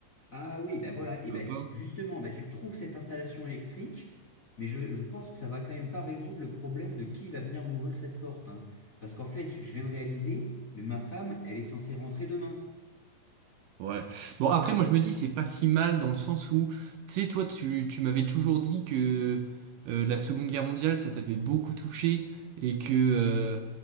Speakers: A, on the left; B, on the right.
A: Ah oui, ben voilà. Et
B: Je
A: ben
B: veux pas.
A: justement, ben tu trouves cette installation électrique, mais je, je pense que ça va quand même pas résoudre le problème de qui va venir m'ouvrir cette porte. hein. Parce qu'en fait, je viens de réaliser, mais ma femme, elle est censée rentrer demain.
B: Ouais. Bon, après, moi, je me dis, c'est pas si mal dans le sens où, tu sais, toi, tu, tu m'avais toujours dit que euh, la Seconde Guerre mondiale, ça t'avait beaucoup touché et que euh,